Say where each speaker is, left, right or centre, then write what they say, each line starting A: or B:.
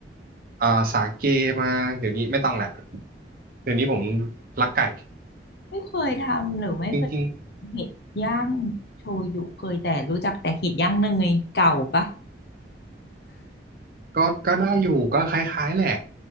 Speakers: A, on the right; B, on the left.
A: เอ่อสาเกมาเดี๋ยวนี้ไม่ต้องแหละเดี๋ยวนี้ผมรักไก่
B: ไม่เคยทำหรือไม่เคย
A: จริง
B: เห็ดย่างโชยุเคยแต่รู้จักแต่เห็ดย่างเนยเก่าปะ
A: ก็ก็ได้อยู่ก็คล้ายๆแหละ